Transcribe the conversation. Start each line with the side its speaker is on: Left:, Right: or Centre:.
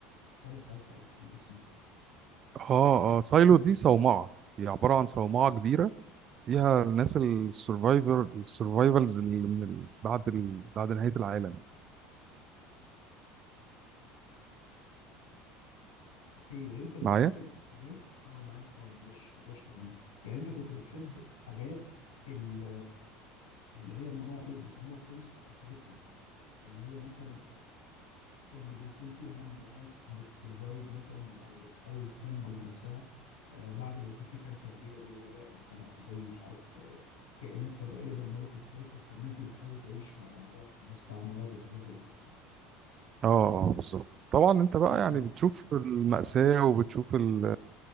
Left: ساي فاي خالص من اسمه كده
Right: اه اه سايلو دي صومعة هي عبارة عن صومعة كبيرة فيها الناس السرفايفر السرفايفلز اللي من ال... بعد ال... بعد نهاية العالم
Left: اوكي انت بتحب
Right: معايا
Left: الحاجات اه معاك اه معلش كنت بشرب ميه يعني انت كنت بتحب الحاجات ال- اللي هي من نوع ايه بيسموها بوست ابوكاليبتيك اللي هي مثلا اللي بيكون فيها من ناس بتسرفايف مثلا او بتحاول تنجم نفسها آه، بعد ما يكون في كارثه كبيره زي وباء مثلا او زي مش عارف آه، كائنات فضائيه دمرت الكوكب فالناس دي بتحاول تعيش مع بعضها في مستعمرات وحاجات زي كده صح؟
Right: اه اه بالظبط طبعا انت بقى
Left: اه
Right: يعني
Left: اه
Right: بتشوف المأساة وبتشوف ال...